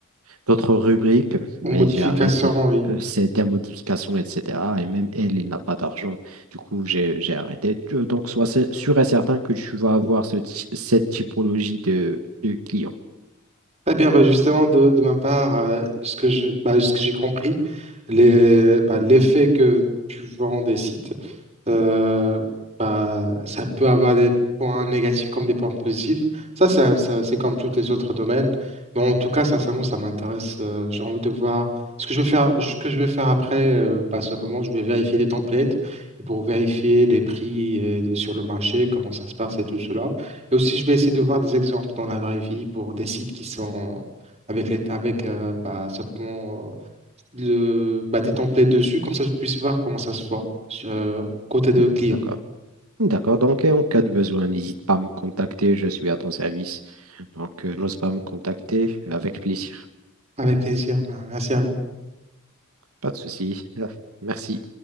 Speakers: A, on the right (about 80°); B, on the right (about 30°).
A: d'autres rubriques,
B: Ou
A: mais
B: modification,
A: j'ai arrêté.
B: oui.
A: Euh, C'est des modifications, etc. Et même elle, il n'a pas d'argent. Du coup, j'ai j'ai arrêté. Tu- euh, Donc, sois sé- sûr et certain que tu vas avoir ce ty- cette typologie de, de clients.
B: Très bien, bah justement, de, de ma part, euh, ce que je, bah, ce que j'ai compris, les, bah, l'effet que tu vends des sites euh, bah, ça peut avoir des points négatifs comme des points positifs. Ça, ça- ça- c'est comme tous les autres domaines. Mais en tout cas, sincèrement, ça m'intéresse. Euh, j'ai envie de voir ce que je vais faire, ce que je vais faire après. euh, bah, simplement, je vais vérifier les templates pour vérifier les prix euh, sur le marché, comment ça se passe et tout cela. Et aussi, je vais essayer de voir des exemples dans la vraie vie pour des sites qui sont avec les, avec, euh, bah, simplement le, bah, tes templates dessus, comme ça je puisse voir comment ça se fait euh, côté de
A: Mhm.
B: client.
A: D'accord. D'accord, donc et en cas de besoin, n'hésite pas à me contacter, je suis à ton service. Donc, euh, n'ose pas me contacter, avec plaisir.
B: Avec plaisir. Bah, merci à vous.
A: Pas de souci. <laughs> Merci.